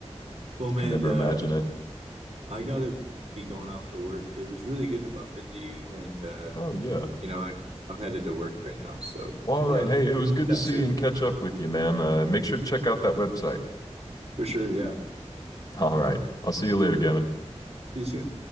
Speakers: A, on the right; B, on the left.
A: Well, man,
B: Can never
A: uh,
B: imagine it.
A: I gotta be going off to work. It was really good to bump into you, and uh,
B: Oh yeah.
A: you know, I I'm headed to work right now, so
B: Well, all right.
A: um,
B: Hey, it was good to
A: chat
B: see
A: soon
B: and catch up with you, man. Uh, make sure to check out that website.
A: for sure. Yeah,
B: All right. I'll see you later, Gavin.
A: see you soon.